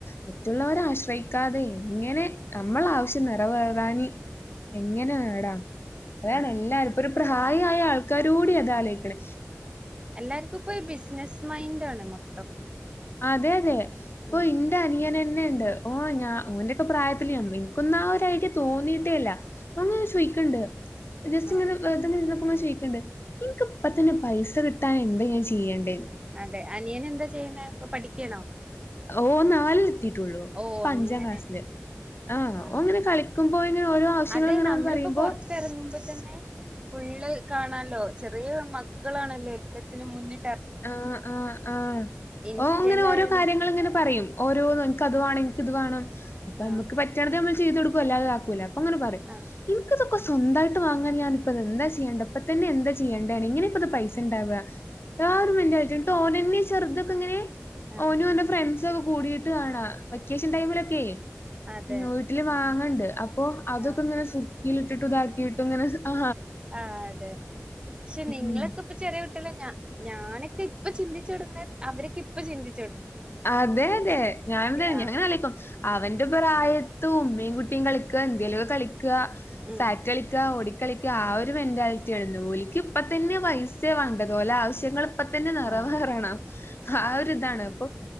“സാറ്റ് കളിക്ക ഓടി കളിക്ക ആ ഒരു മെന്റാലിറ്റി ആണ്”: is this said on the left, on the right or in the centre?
Left